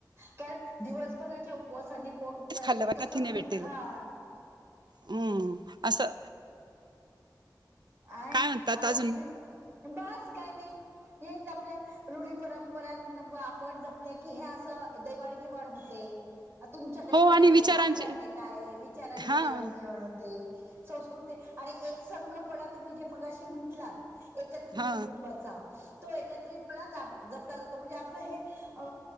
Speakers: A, on the right; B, on the right.
A: कारण दिवसभराच्या उपवासानी पोट-
B: असच
A: तर
B: खाल्लं पाहिजे
A: तस
B: प्रथिने
A: म्हट
B: भेटतील.
A: हा्
B: हम्म असं
A: आहे
B: काय म्हणतात
A: आणिर
B: अजून
A: एवढी बास काय नाही हेच आपल्या रुढी, परंपरां आपण जपले की हे असं देवाणघेवाण होते. तुमच्याकडे
B: हो
A: काय,
B: आणि विचारांचे
A: आपल्याकडे काय आहे विचारांची
B: हा
A: देवाणघेवाण होते. संस्कृती आणि एक संघपणा तुम्ही जे मगाशी म्हंटलात- एकत्रित
B: हा
A: कुटुंबाचा- तो एकत्रितपणा जपला जातो म्हणजे आपलं हे अ